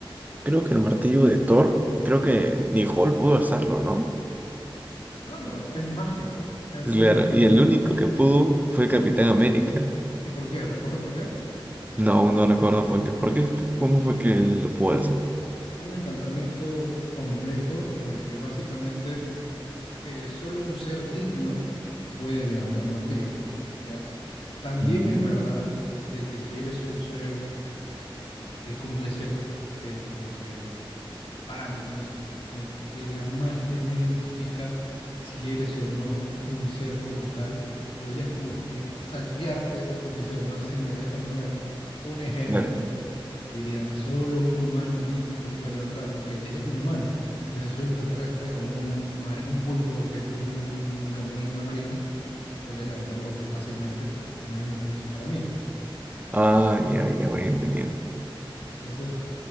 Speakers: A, on the right; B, on the left.
A: creo que el martillo de Thor, creo que ni Hall pudo alzarlo, ¿no?
B: Claro, es que es mágico, eh,
A: Claro,
B: tiene un encantamiento
A: y el único
B: mágico.
A: que pudo fue Capitán América.
B: ¿Y por qué? ¿Recuerdas por qué?
A: No, aún no recuerdo por qué. ¿Por qué fu- ¿Cómo fue que él lo pudo alzar?
B: Tiene un encantamiento complejo en el que básicamente eh, solo un ser digno puede levantar el martillo, ¿ya? También
A: Mm,
B: es verdad de que si eres un ser que cumple ciertas eh, como que parámetros en el que la magia no identifica si eres o no un ser como tal, podrías como que saltearte esa condición. No sé si me dejo entender. Un ejemplo,
A: Claro.
B: diría, solo un humano digno lo puede levantar. Ok, dice un humano. Entonces, si soy un extraterrestre o un, ma- un pulpo, que soy una- un, no sé, un animal marino, podría levantarlo fácilmente porque no hay una condición para mí, ¿no?
A: Ah, ya, ya voy entendiendo.
B: Claro, entonces...